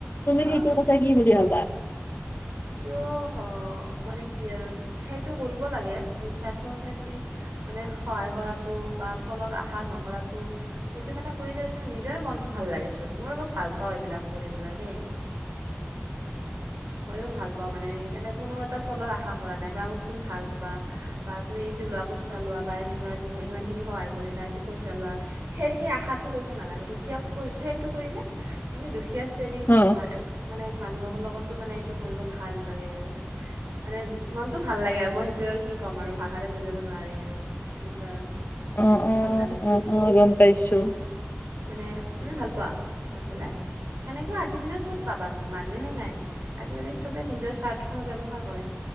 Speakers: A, on the left; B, on the right.
A: তুমি
B: হা
A: সেইটোৰ
B: সেইটোৱেই।
A: কথা কি বুলি ভাবা
B: সেইটো অ মানে কি আৰু সেইটো কৰিব লাগে নিস্বাৰ্থ ভাৱে তুমি। মানে সহায় কৰাতটো বা ফলৰ আশা নকৰাটো। সেইটো মানে কৰিলে মানে নিজৰে মনটো ভাল লাগে চোন মোৰ বৰ ভাল পাওঁ এইবিলাক কৰি পেলাই। দেই মইয়ো ভাল পাওঁ মানে মানে কোনো এটা ফলৰ আশা কৰা নাই বা তুমি ভাল ক'বা বা তুমি এইটো লোৱা পইচা চা লোৱা বা এনেকুৱা ইমান খিনি সহায় কৰিলা এইটো পইচা লোৱা। সেই সেই আশাটো কৰিব নালাগে। দুখীয়াকো কৰিছে সেইটো কৰিলে মানে দুখীয়া, দুখীয়া শ্ৰেণীৰ
A: অ
B: মানে মানুহৰ লগতো মানে এইটো কৰিব ভাল লাগে আৰু মানে মনতটো ভাল লাগে আৰু মই সেইটো আৰু কি ক'ম আৰু ভাষাৰে বুজাব নোৱাৰি আৰু তেনেকুৱা আৰু
A: অ অ
B: ভাল লাগে।
A: অ অ গম পাইছো
B: মানে তুমি ভাল পোৱা শুনি পেলাই সেনেকুৱা আজি আজিদিনত ক'ত পাবা তুমি মানুহে নাই। আজিকালি চবে নিজৰ স্বাৰ্থ ব্যৱহাৰ কৰে।